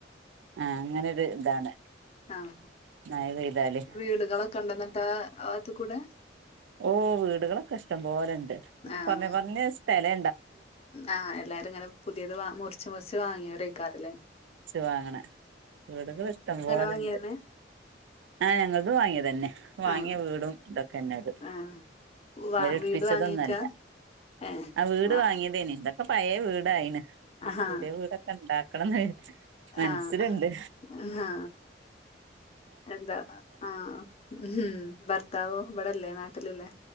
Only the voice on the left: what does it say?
ആഹ
വീടുകളൊക്കെ ണ്ടന്ന്ട്ടാ ആ വാത്ത് കൂടെ
ആഹ്
ആഹ് എല്ലാരും ഇങ്ങനെ പുതിയത് വാ മുറിച്ച് മുറിച്ച് വാങ്ങിയവർ ആയികാരം ല്ലേ
വാങ്ങിയന്നെ
ആഹ്
ആഹ് വാ
വീട് വാങ്ങിക്ക ഏഹ്
വാ
ആഹാ
ആഹ് ആഹാ എന്താ ആ ഉം ഭർത്താവോ ഇവിടെല്ലേ നാട്ടിലില്ലേ